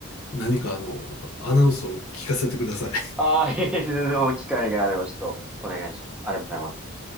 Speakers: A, on the left; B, in the centre.
A: 何かあの、アナウンスを聞かせてください。
B: ああ、いえいえ全然もう機会があればちょっとお願いします。ありがとうございます。